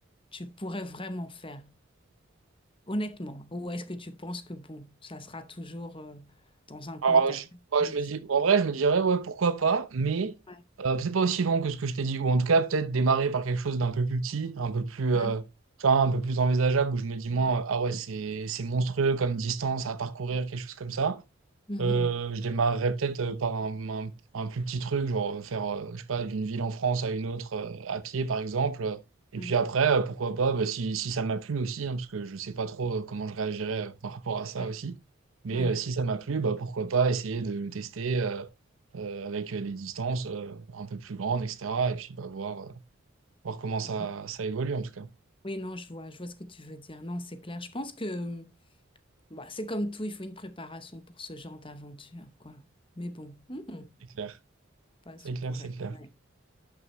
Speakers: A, on the left; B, on the right.
A: tu pourrais vraiment faire, honnêtement? Ou est-ce que tu penses que, bon, ça sera toujours, euh, dans un coin
B: Alors,
A: de ta
B: je,
A: tête?
B: moi,
A: mais
B: je me dis, en vrai, je me dirais, ouais, pourquoi pas, mais
A: Ouais,
B: euh, peut-être pas aussi long que ce que je t'ai dit, ou en tout cas, peut-être démarrer par quelque chose d'un peu plus petit, un peu plus,
A: ouais.
B: euh, tu vois, un peu plus envisageable, où je me dis, moi, euh, ah ouais, c'est, c'est monstrueux comme distance à parcourir, quelque chose comme ça.
A: Mhm.
B: Euh, je démarrerais peut-être euh, par un, un- un plus petit truc, genre euh, faire, euh, je sais pas, d'une ville en France à une autre euh, à pied, par exemple. Et
A: Ouais,
B: puis après, euh, pourquoi pas, bah, si, si ça m'a plu aussi, hein, parce que je sais pas trop euh, comment je réagirais euh, par rapport à ça
A: ouais,
B: aussi. Mais
A: ouais.
B: euh, si ça m'a plu, bah, pourquoi pas essayer de le tester euh, euh, avec euh, des distances euh, un peu plus grandes, etc. Et puis bah, voir, euh, voir comment ça,
A: Ouais.
B: ça évolue, en tout cas.
A: Oui, non, je vois, je vois ce que tu veux dire. Non, c'est clair. Je pense que bah, c'est comme tout, il faut une préparation pour ce genre d'aventure, quoi. Mais bon, hmm,
B: C'est clair,
A: pas
B: c'est
A: ce
B: clair,
A: pourrait.
B: c'est clair.
A: Ouais.